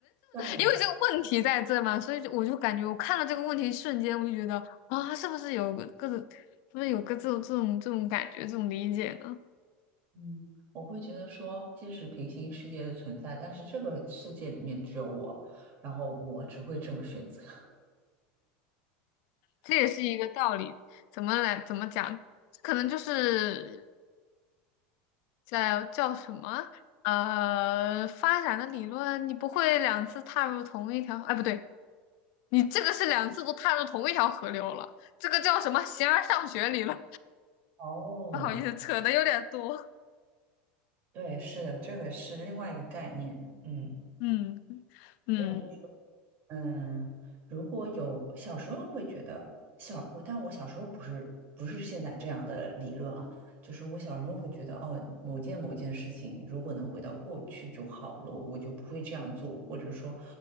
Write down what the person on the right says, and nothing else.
像我。
嗯，我会觉得说，即使平行世界的存在，但是这个世界里面只有我，然后我只会这么选择。
哦，
对，是的，这个是另外一个概念。嗯，
<laughs>
这样就是。嗯，如果有小时候会觉得小，我但我小时候不是不是现在这样的理论啊，就是我小时候会觉得哦，某件某件事情如果能回到过去就好了，我就不会这样做，或者说，